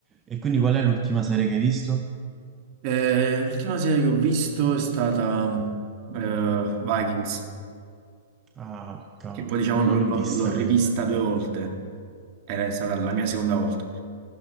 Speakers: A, on the right; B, on the right.
A: E quindi qual è l'ultima serie che hai visto?
B: Eh, l'ultima serie che ho visto è stata eh, Vikings,
A: Ah, cavolo,
B: che poi diciamo
A: io
B: l-
A: non l'ho
B: l-
A: vista
B: l'ho rivista
A: quella.
B: due volte, era stata la mia seconda volta.